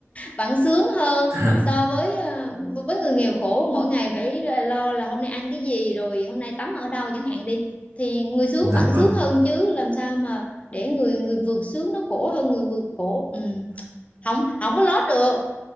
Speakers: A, on the left (about 30°); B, on the right (about 70°).
A: vẫn sướng hơn
B: dạ
A: so với ờ, với người nghèo khổ mỗi ngày phải lo là hôm nay ăn cái gì rồi hôm nay tắm ở đâu chẳng hạn đi thì người sướng
B: dạ
A: vẫn
B: vâng
A: sướng hơn chứ làm sao mà để người người vượt sướng nó khổ hơn người vượt khổ ừ. không không có lót được